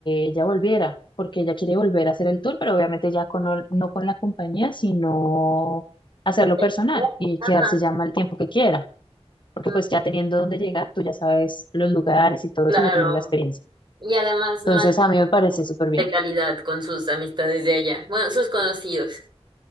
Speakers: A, on the left; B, on the right.
A: ella volviera, porque ella quiere volver a hacer el tour, pero obviamente ya con, ol- no con la compañía, sino hacerlo
B: ¿De
A: personal
B: vuelo?
A: y
B: Ajá.
A: quedarse ya mal tiempo que quiera, porque
B: Mm,
A: pues ya teniendo dónde llegar, tú ya sabes los lugares y todo
B: Claro.
A: eso, ya tienes la experiencia.
B: Y además más
A: Entonces
B: tiempo
A: a mí me
B: como
A: parece súper bien.
B: de calidad con sus amistades de allá, bueno, sus conocidos.